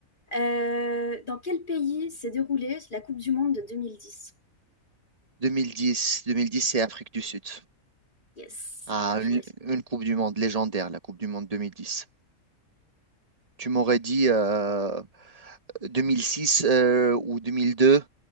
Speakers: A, on the left; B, on the right.
A: Euh, dans quel pays s'est déroulée la Coupe du Monde de 2010?
B: 2010, 2010, c'est Afrique du Sud.
A: Yes,
B: Ah,
A: bien joué.
B: une, une Coupe du Monde légendaire, la Coupe du Monde 2010. Tu m'aurais dit euh, 2006 euh, ou 2002,